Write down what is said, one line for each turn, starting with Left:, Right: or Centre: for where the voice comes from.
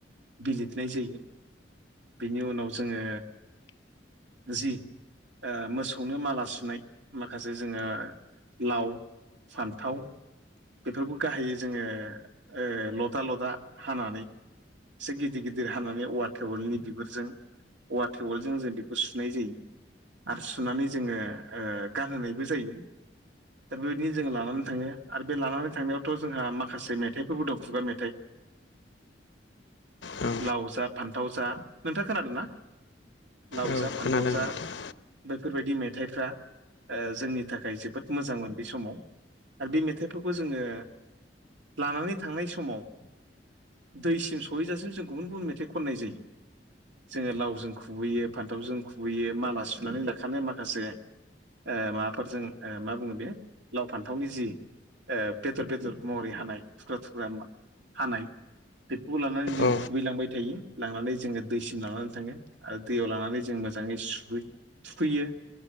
Right: बिलिरनाय जायो बिनि उनाव जोङो जि ओ मोसौनो माला सुनाय माखासे जोङो लाव सान्थाव बेफोरखौ गाहायो जोङो ओ लदा लदा हानानै एसे गिदिर गिदिर हानानै औवा टेवलनि बिगुरजों औवा तेवलजों जों बेखौ सुनाय जायो। आरो सुनानै जोङो ओ गानहोनायबो जायो दा बेबायदिनो जोङो लानानै थाङो आरो बे लानानै थांनायाव थ' जोंहा माखासे मेथाइफोरबो दं खुगा मेथाइ।
Left: औ
Right: लाव जा फान्थाव जा नोंथाङा खोनादोंना लाव
Left: औ
Right: जा फान्थाव
Left: खोनादों
Right: जा
Left: नोंथां
Right: बैफोरबायदि मेथाइफ्रा ओ जोंनि थाखाय जोबोद मोजांमोन बे समाव। आरो बे मेथाइफोरखौ जोङो लानानै थांनाय समाव दैसिम सहैजासिम जों गुबुन गुबुन मेथाइ खननाय जायो। जोङो लावजों खुबैयो फान्थावजों खुबैयो माला सुनानै लाखानाय माखासे ओ माबाफोरजों ओ मा बुङो बे लाव फान्थावनि जि ओ बेदर बेदर महरै हानाय थुख्रा थुख्रा हानाय बेफोरखौ लानानै जों
Left: औ
Right: खुबैलांबाय थायो। लांनानै जोङो दैसिम लानानै थाङो आरो दैयाव लानानै जों मोजाङै सु थुखैयो।